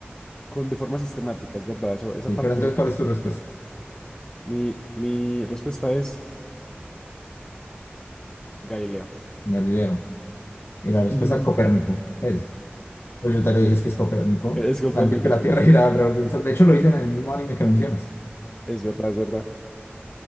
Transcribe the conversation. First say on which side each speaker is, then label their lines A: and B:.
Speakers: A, on the left; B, on the left.
A: con de forma sistemática, es verdad. Eso, esa
B: Sí,
A: parte,
B: pero entonces, ¿cuál es tu respuesta?
A: mi, mi respuesta es Galileo.
B: Galileo. Y la respuesta
A: <laughs>
B: es Copérnico. Pues, pues yo te lo dije, es que es Copérnico.
A: Es Copérnico,
B: Planteó que
A: es
B: la
A: Copérnico.
B: Tierra <laughs> giraba alrededor del Sol. De hecho, lo dicen en el mismo anime que mencionas.
A: Es verdad, es verdad.